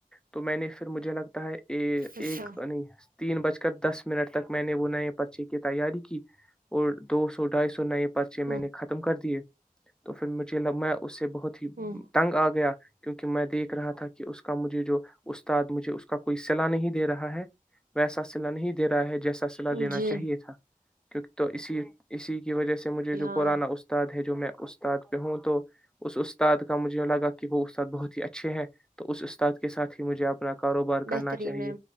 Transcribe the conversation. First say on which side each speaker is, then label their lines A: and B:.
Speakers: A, in the centre; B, on the right.
A: تو میں نے پھر مجھے لگتا ہے ا
B: اچھا
A: ایک ا تین بج کر دس منٹ تک میں نے وہ نئے پرچے کی تیاری کی اور دو سو ڈھائی سو نئے پرچے
B: ہ
A: میں نے ختم کر دیے تو پھر مجھے لگا اس سے بہت تھی
B: ہ
A: تنگ آ گیا کیونکہ میں دیکھ رہا تھا کہ اس کا مجھے جو استاد مجھے اس کا کوئی سلا نہیں دے رہا ہے ویسا سلا نہیں دے رہا ہے جو جیسا صلاح دینا
B: جی
A: چاہیے تھا کیونکہ تو اسی اسی وجہ سے مجھے جو
B: ہاں
A: پرانا استاد ہے جو میں استاد پہ ہوں تو اس اس استاد کا مجھے لگا کہ وہ استاد بہت ہی اچھے ہیں تو استاد کے ساتھ ہی مجھے آپ اپنا کاروبار کرنا
B: بہترین
A: چاہیے
B: ہے